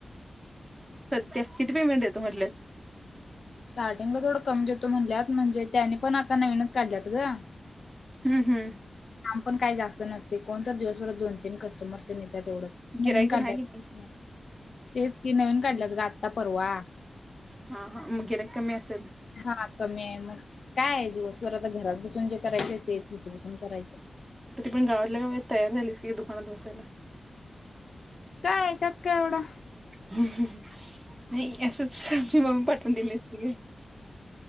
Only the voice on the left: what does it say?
स्टार्टिंगला थोडं कमी देतो म्हणल्यात म्हणजे त्यानी पण आता नवीनच काढल्यात ग.
काम काही जास्त नसते कोणतर दिवसभरात दोन तीन कस्टमर तेन येत. तेवढंच
नवीन काढल्यात.
तेच ती नवीन काढल्यात ग आत्ता परवा.
हा कमी आहे मग. काय दिवसभर आता घरात बसून जे करायचं तेच इथे बसून करायचं.
काय त्यात काय एवढं.